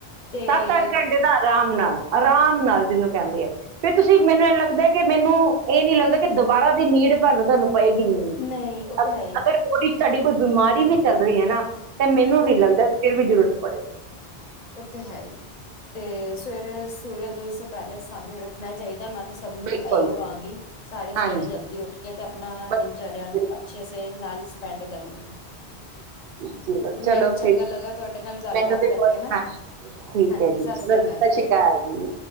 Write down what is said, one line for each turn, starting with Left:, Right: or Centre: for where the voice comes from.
Left: ਤੇ
Right: ਸੱਤ ਅੱਠ ਘੰਟੇ ਦਾ ਆਰਾਮ ਨਾਲ, ਆਰਾਮ ਨਾਲ ਜਿਹਨੂੰ ਕਹਿੰਦੇ ਆ ਫਿਰ ਤੁਸੀਂ ਮੈਨੂੰ ਇਹ ਲੱਗਦੇ ਕਿ ਮੈਨੂੰ ਇਹ ਨੀ ਲੱਗਦਾ ਕਿ ਦੁਬਾਰਾ ਦੀ ਨੀਂਦ ਤੁਹਾਨੂੰ ਤੁਹਾਨੂੰ ਪਏਗੀ,
Left: ਨਹੀਂ ਉਹ
Right: ਅਗ-ਅਗਰ
Left: ਤੇ ਹੈ ਹੀ
Right: ਉਹਦੀ ਤੁਹਾਡੀ ਕੋਈ ਬਿਮਾਰੀ ਵੀ ਚੱਲ ਰਹੀ ਐ ਨਾ। ਤੇ ਮੈਨੂੰ ਨੀ
Left: ਉਹ
Right: ਲੱਗਦਾ, ਫਿਰ ਵੀ ਜ਼ਰੂਰਤ ਪੜੇਗੀ।
Left: ਉਹ ਤਾਂ ਹੈ ਹੀ। ਤੇ ਸਵੇਰੇ ਸੂਰਿਆ ਦੇਵ ਸੇ ਪਹਿਲੇ ਸਾਨੂੰ ਉੱਠਣਾ ਚਾਹੀਦਾ ਮ ਸਭ ਨੂੰ
Right: ਬਿਲਕੁਲ
Left: ਇਹੀਓ ਕਹਾਂਗੀ, ਸਾਰੇ
Right: ਹਾਂਜੀ
Left: ਸਵੇਰੇ ਜਲਦੀ ਉੱਠ ਜਾ ਤਾਂ ਆਪਣਾ
Right: ਬਸ-
Left: ਚਰਿਆਂ ਨੂੰ ਅੱਛੇ ਸੇ ਨਾਲ ਸਪੈਂਡ ਕਰੀਏ
Right: ਚਲੋ-ਚਲੋ
Left: ਤੇ ਮੈਨੂੰ
Right: ਫਿਰ
Left: ਚੰਗਾ ਲੱਗਾ ਤੁਹਾਡੇ ਨਾਲ ਗੱਲਬਾਤ
Right: ਮੈਨੂੰ ਵੀ
Left: ਕਰਕੇ ਨਾ
Right: ਹਾਂਜੀ ਠੀਕ
Left: ਹਾਂਜੀ
Right: ਹੈ ਜੀ
Left: ਸਤਿ
Right: ਚਲੋ ਸਤਿ
Left: ਜੀ
Right: ਸ੍ਰੀ ਅਕਾਲ ਜੀ।